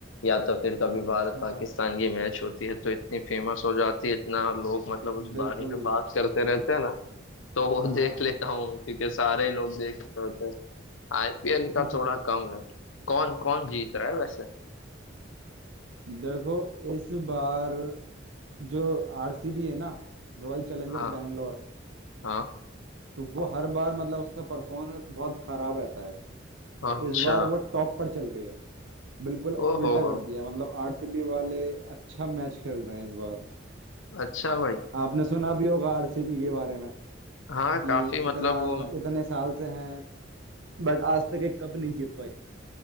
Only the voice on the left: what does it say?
या तो फिर कभी
भारत पाकिस्तान की मैच होती है तो इतनी फेमस हो जाती है इतना लोग मतलब उस बारे
में बात करते रहते हैं ना तो वो
देख लेता हूँ क्योंकि सारे लोग देख रहे होते हैं आईपीएल
का थोड़ा
कम है कौन कौन जीत रहा है वैसे
हाँ
हाँ
अच्छा
ओहो
<laughs> हो
अच्छा भाई
हाँ
काफी
मतलब वो